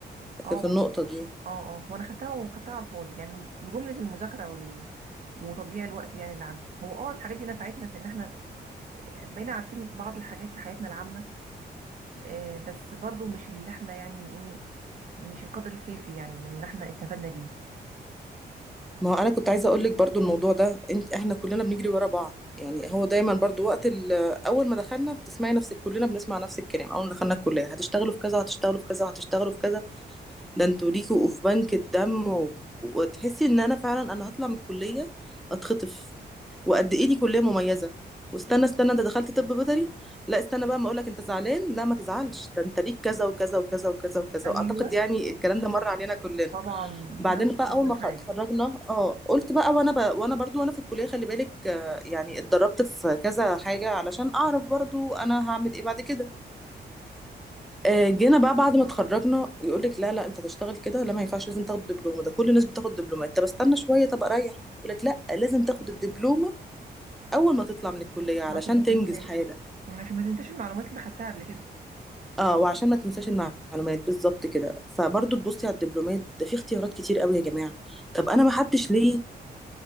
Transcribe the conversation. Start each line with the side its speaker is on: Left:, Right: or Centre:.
Centre: في
Right: اه
Centre: في
Right: والله
Centre: النقطه دي
Right: اه اه وأنا خدتها وخدتها على الفاضي يعني بجملة المذاكرة وال... وتضييع الوقت يعني اللي عدى هو اه الحاجات دي نفعتنا في ان احنا بقينا عارفين بعض الحاجات في حياتنا العامة آه، بس برضو مش اللي احنا يعني إيه مش القدر الكافي يعني من اللي احنا استفدنا بيه
Centre: ما هو انا كنت عايزه اقول لك برضو الموضوع ده انت احنا كلنا بنجري ورا بعض يعني هو دايما برضو وقت ال- اول ما دخلنا بتسمعي نفسك كلنا بنسمع نفس الكلام اول ما دخلنا الكليه هتشتغلوا في كذا هتشتغلوا في كذا هتشتغلوا في كذا ده انتوا ليكوا في بنك الدم و... وتحسي ان انا فعلا انا هطلع من الكليه اتخطف وقد ايه دي كليه مميزه واستنى استنى انت دخلت طب بيطري لا استنى بقى ما اقولك انت زعلان لا ما تزعلش ده انت ليك كذا وكذا وكذا وكذا وكذا
Right: ايوه
Centre: واعتقد يعني الكلام ده مر علينا كلنا
Right: طبعا
Centre: بعدين
Right: نفس
Centre: بقى اول ما
Right: الحاجه
Centre: خ- اتخرجنا اه قلت بقى وانا ب... وانا برضو وانا في الكليه خلي بالك آه، يعني اتدربت في كذا حاجه علشان اعرف برضو انا هعمل ايه بعد كده آه، جينا بقى بعد ما اتخرجنا يقول لك لا لا انت هتشتغل كده لا ما ينفعش لازم تاخد دبلومه ده كل الناس بتاخد دبلومه طب استنى شويه طب اريح يقول لك لا لازم تاخد الدبلومه اول ما تطلع من الكليه علشان
Right: عشان ما تنساش
Centre: تنجز حالك
Right: عشان ما تنساش المعلومات اللي انت خدتها قبل كده
Centre: اه وعشان ما تنساش المعلومات بالظبط كده فبرضه تبصي على الدبلومات ده في اختيارات كتير قوي يا جماعه طب انا ما حدش ليه